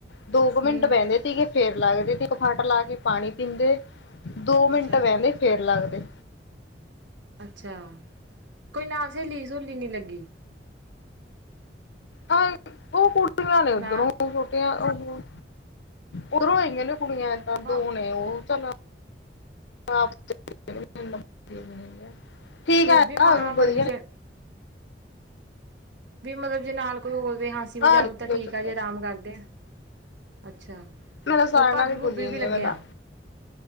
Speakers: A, on the left; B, on the right.
A: ਦੋ ਕੁ ਮਿੰਟ
B: ਹੂੰ।
A: ਬਹਿੰਦੇ ਤੀਗੇ। ਫੇਰ ਲੱਗਦੇ ਤੇ ਕ ਫਾਟ ਲਾਕੇ ਪਾਣੀ ਪੀਂਦੇ, ਦੋ
B: ਅੱਛਾ
A: ਮਿੰਟ ਵਹਿੰਦੇ, ਫੇਰ ਲੱਗਦੇ।
B: ਅੱਛਾ, ਕੋਈ ਨਾਲ ਸਹੇਲੀ-ਸ੍ਹੁਲੀ ਨਹੀਂ ਲੱਗੀ।
A: ਆ, ਉਹ ਕੁੜੀਆਂ ਨੇ ਉੱਧਰੋਂ
B: ਨਾ
A: ਉਧਰੋਂ, ਓਹੋ, ਉਧਰੋਂ ਇੰਨੀਆ-ਇੰਨੀਆ ਕੁੜੀਆਂ ਏਦਾਂ
B: ਮ
A: ਦੋ ਨੇ ਉਹ ਚੱਲ <unintelligible> ਠੀਕ
B: ਫਿਰ
A: ਆ,
B: ਵੀ
A: ਹਾ
B: ਮਾਂ
A: ਵਧੀਆ।
B: ਕੱਲੀ ਚ ਵੀ ਮਤਲਬ ਜੇ ਨਾਲ ਕੋਈ ਹੋਰ ਵੀ ਹਾਂ ਅਸੀ ਮ
A: ਆ
B: ਜਾਵੇ,
A: ਨੀ
B: ਤਾਂ
A: ਕੋਈ
B: ਠੀਕ
A: ਚੱਕਰ
B: ਆਜੇ ਆਰਾਮ ਕਰਦੇ ਆ, ਅੱਛਾ।
A: ਮੇਰਾ ਸਾਰਿਆਂ
B: ਹੋਰ ਭਾਬੀ-ਭੁਭੀ
A: ਨਾਲ ਹੀ ਬੁਲਿੰਗ
B: ਵੀ ਲੱਗੇ
A: ਹੈ ਮੈਂ ਤਾਂ
B: ਆਂ,